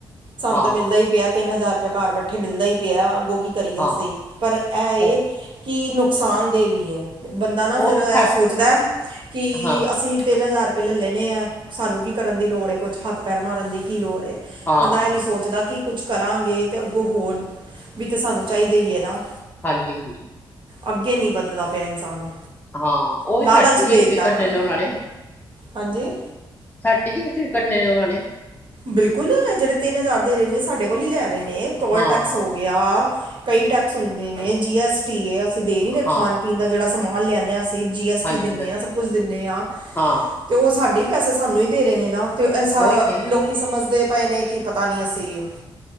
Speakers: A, on the right; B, on the left.
A: ਸਾਨੂੰ
B: ਹਾਂ,
A: ਤਾਂ ਮਿਲਦਾ ਈ ਪਿਆ ਤਿੰਨ ਹਜ਼ਾਰ ਰੁਪਿਆ ਘਰ ਬੈ ਤੇ ਮਿਲਦਾ ਈ ਪਿਆ ਅੱਗੋਂ ਕੀ ਕਰੀਏ
B: ਹਾਂ,
A: ਅਸੀਂ, ਪਰ ਐ ਏ
B: ਉਹ
A: ਕੀ ਨੁਕਸਾਨਦੇਹ ਵੀ ਐ। ਬੰਦਾ ਨਾ ਫੇਰ
B: ਉਹ
A: ਐ
B: ਤੇ ਸਾ
A: ਸੋਚਦਾ, ਕਿ
B: ਹਾਂ,
A: ਅ ਅਸੀਂ ਤਿੰਨ ਹਜ਼ਾਰ ਰੁਪਏ ਲੈ ਲੈਣੇ ਆ, ਸਾਨੂੰ ਕੀ ਕਰਨ ਦੀ ਲੋੜ ਏ ਕੁੱਛ ਹੱਥ ਪੈਰ ਮਾਰਨ ਦੀ ਕੀ ਲੋੜ ਐ,
B: ਹਾਂ,
A: ਬੰਦਾ ਐ ਨੀ ਸੋ ਸੋਚਦਾ ਕਿ ਕੁੱਛ ਕਰਾਂਗੇ ਤੇ ਅੱਗੋਂ ਹੋਰ, ਵੀ ਤੇ ਸਾਨੂੰ ਚਾਈਦਾ ਈ ਐ ਨਾ।
B: ਹਾਂਜੀ-ਹਾਂਜੀ
A: ਅੱਗੇ ਨੀ ਵੱਧਦਾ ਪਿਆ ਇਨਸਾਨ।
B: ਹਾਂ ਓ
A: ਲਾਲਚ
B: ਵੀ ਸਾਡੇ
A: ਦੇ
B: ਏਥੇ
A: ਦਿੱਤਾ
B: ਕੱਢੇ
A: ਨਾ
B: ਨੇ ਓਨਾਂ ਨੇ
A: ਹਾਂਜੀ?
B: ਸਾਡੀ ਜੇਬ 'ਚ ਈ ਕੱਢਣੇ ਨੇ ਓਨਾਂ ਨੇ।
A: ਬਿਲਕੁੱਲ ਐ ਜੇੜੇ ਤਿੰਨ ਹਜ਼ਾਰ ਦੇਰੇ ਨੇ, ਸਾਡੇ ਕੋਲ ਈ ਲੈ ਰੇ ਨੇ ਟੋਲ
B: ਹਾਂ।
A: ਟੈਕਸ ਹੋ ਗਿਆ, ਕਈ ਟੈਕਸ ਹੁੰਦੇ ਨੇ, ਜੀ ਐਸ ਟੀ ਏ ਅਸੀਂ ਦੇ ਨੀ ਰੇ
B: ਹਾਂ,
A: ਖਾਣ ਪੀਣ ਦਾ ਜੇੜਾ ਸਮਾਂਨ ਲਿਆਂਨੇ ਆ, ਅਸੀਂ ਜੀ ਐਸ
B: ਹਾਂਜੀ-ਹਾਂਜੀ,
A: ਟੀ ਦਿੰਨੇ ਆ, ਸਭ ਕੁਛ ਦਿੰਨੇ ਆ।
B: ਹਾਂ,
A: ਤੇ ਓ ਸਾਡੇ ਈ ਪੈਸੇ ਸਾਨੂੰ ਈ ਦੇ ਰੇ ਨੇ ਨਾ, ਤੇ ਐਸਾ
B: ਉਹੀ ਤੇ,
A: ਲੋਕੀ ਸਮਝਦੇ ਪਏ ਨੇ ਕੀ ਪਤਾ ਨੀ ਅਸੀਂ,